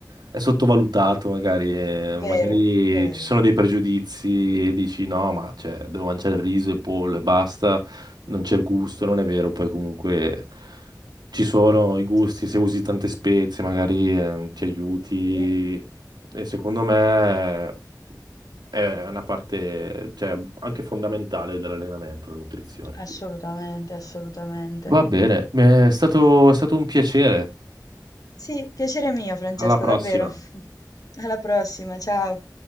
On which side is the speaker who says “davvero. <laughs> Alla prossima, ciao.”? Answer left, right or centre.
Left